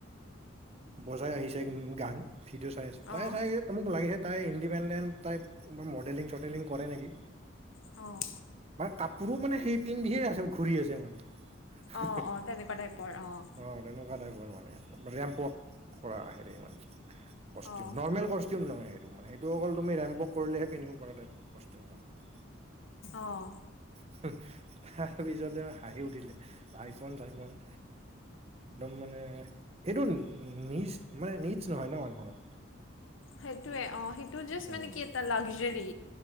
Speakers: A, on the right; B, on the left.
A: বজাই আহিছে গান, ভিডিঅ' চাই আছে তাই
B: অঁ
A: চাগে ত' মোক লাগিছে, তাই ইণ্ডিপেণ্ডেণ্ট, তাই মডেলি-চডেলিং কৰে নেকি
B: অ',
A: বা কাপোৰো মানে সেই পিন্ধিয়ে আছে, ঘূৰি আছে মানে। হে
B: অঁ
A: হে
B: অঁ তেনেকুৱা টাইপৰ অঁ
A: অহ এনেকুৱা টাইপৰ মানে ৰেম্প ৱাক কৰা হেৰি মানে কষ্টিম
B: অঁ
A: নৰ্মেল কষ্টিউম নহয় এই টো মানে সেইটো অকল তুমি ৰেম্প ৱাক কৰিলেহে পিন্ধিব পাৰ তাইপ কষ্টিম হয় মানে
B: অহ
A: হি, তাৰপিছতে হাঁহি উঠিলে, আইফোন-চাইফোন একদম মানে, এইটো নিডছ, মানে নিডছ নহয় ন' মানুহৰ
B: সেইটোৱে অ', সেইটো জাষ্ট
A: উম
B: মানে কি এটা লাগজৰী